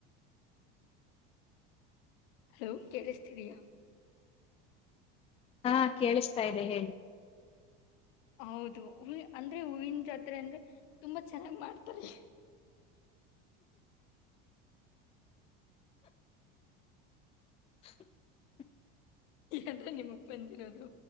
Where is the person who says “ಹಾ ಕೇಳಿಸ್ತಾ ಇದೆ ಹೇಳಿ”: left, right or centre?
Left